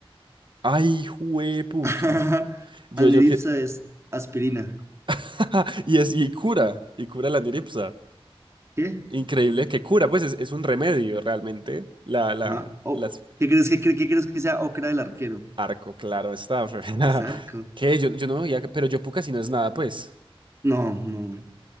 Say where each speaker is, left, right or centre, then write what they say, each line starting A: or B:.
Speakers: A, on the right; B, on the right.
A: Ay, juepucha.
B: <laughs>
A: Yo,
B: Aniripsa
A: yo que.
B: es aspirina.
A: <laughs> Y es, y cura. Y cura la niripsa.
B: ¿Qué?
A: Increíble que cura. Pues es, es un remedio realmente. La, la,
B: No. Oh,
A: las.
B: ¿qué crees que cre- qué crees que sea ocra del arquero?
A: Arco, claro, está. <laughs>
B: Es arco.
A: Que yo, yo no veía, que- pero yo puca si no es nada, pues.
B: No, no.